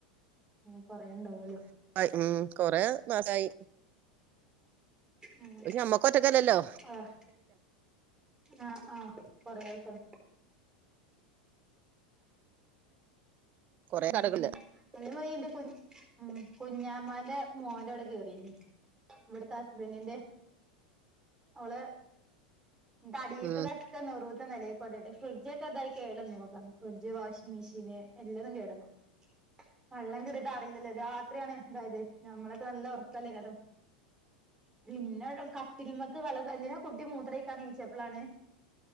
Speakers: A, on the right; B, on the right.
A: ഉ കൊറേണ്ടാവുവല്ലോ
B: അ ഇം കൊറെ മാസായി
A: ഉം
B: പക്ഷ ഞമ്മക്കൊറ്റക്കല്ലല്ലോ
A: ആഹ് ആഹ് ആഹ് കൊറേയാക്ക
B: കൊറേ
A: ഉം
B: കടകളില്
A: ഉം വന്നവയി ഇന്റെ കു ഉം കുഞ്ഞമാന്റെ മോന്റെോടെ കേറിനീ ഇവിടുത്തെസ്ബന്റിന്റെ ഓളെ തടീത്തതക്കെ
B: ഉം
A: നെറൂത്ത നെലേക്കൊണ്ടിട്ട് ഫ്രിഡ്ജൊക്കെതായി കേടന്നു അതാണ്ഫ്രിഡ്ജ് വാഷിംഗ് മെഷീന് എല്ലതും കേടന്നു വെള്ളം കേറിട്ട് അറീല്ലല്ലേ രാത്രിയാണ് ഇതായത് ഞമ്മളക്കെ നല്ല ഒറക്കല്ലേ കഥം പിന്നെടെ കട്ടിൽമക്ക് വെളകെന്തിനാ കുട്ടി മൂത്ര കണീച്ചപ്പളാണ്